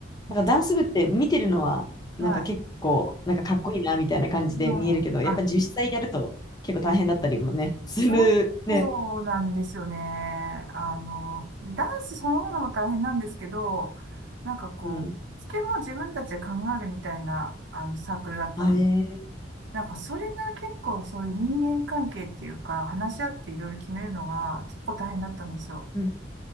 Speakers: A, on the right; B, on the left.
A: めちゃ、
B: なんかダンス部って見てるのは、
A: はい。
B: なんか結構、なんかかっこいいなみたいな感じで見えるけど、
A: うん、あ、
B: やっぱ実際やると結構大変だったりもね、するね。
A: そうなんですよね。あの、ダンスそのものも大変なんですけど、なんかこう、
B: うん。
A: つけも自分たちで考えるみたいな、あの、サークルだったん。
B: あえー
A: なんかそれが結構そういう人間関係っていうか、話し合っていろいろ決めるのが結構大変だったんですよ。
B: うん。